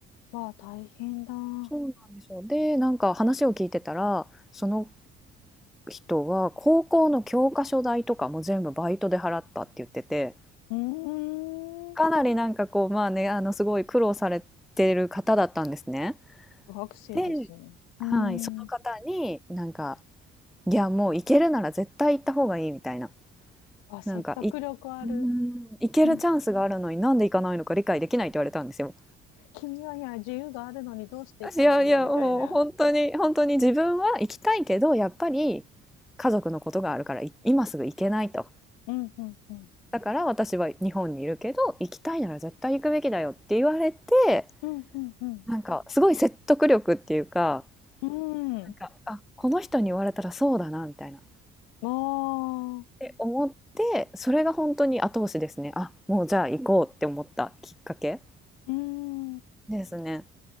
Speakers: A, on the left; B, in the centre.
A: まあ、大変だ。うん
B: そうなんですよ。で、なんか話を聞いてたら、その人は高校の教科書代とかも全部バイトで払ったって言ってて、
A: うーん。
B: かなりなんかこう、まあね、あのすごい苦労されてる方だったんですね。
A: 苦学生ですね。
B: で、
A: うーん。
B: はい、その方になんか、いや、もう行けるなら絶対行った方がいいみたいな。
A: あ、説得力ある。
B: なんか、い、うーん、行けるチャンスがあるのになんで行かないのか理解できないって言われたんですよ。
A: うん。君はいや自由があるのにどうしていかないんだみたいな。
B: いやいや、もう本当に、本当に自分は行きたいけど、やっぱり家族のことがあるから、い今すぐ行けないと。
A: うん。うん。うん。
B: だから私は日本にいるけど、行きたいなら絶対行くべきだよって言われて、
A: うん。うん。
B: なんかすごい説得力っていうか、
A: うん。
B: なんか、
A: うん。
B: あ、この人に言われたらそうだな、みたいな。っ
A: ああ
B: て思って、それが本当に後押しですね。あ、もうじゃあ行こうって思ったきっかけ
A: うん。あ。
B: ですね。